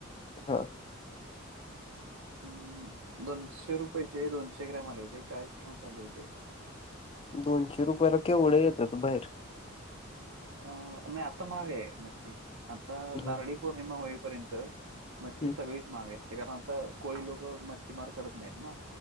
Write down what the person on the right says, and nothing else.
अं, दोनशे रुपयाचे दोनशे ग्रॅम आले होते, चाळीस प्रॉन्स आले होते.
अ नाही आता महाग आहे मच्छी. आता नारळी
पौर्णिमा होईपर्यंत मच्छी
सगळीच महाग असते. कारण आता कोळी लोक मच्छीमार करत नाहीत ना.